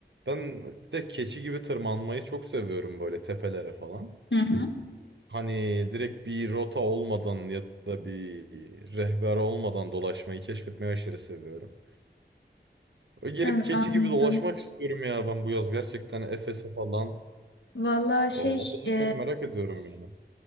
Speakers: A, on the right (about 80°); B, on the left (about 80°).
A: ben de keçi gibi tırmanmayı çok seviyorum böyle tepelere falan.
B: Hı hı.
A: Hani direkt bir rota olmadan ya da bir rehber olmadan dolaşmayı keşfetmeyi aşırı seviyorum. Öyle gelip
B: Evet,
A: keçi
B: anladım.
A: gibi dolaşmak istiyorum ya ben bu yaz gerçekten Efes'e falan.
B: Valla
A: O,
B: şey
A: o da
B: e,
A: çok merak ediyorum yani.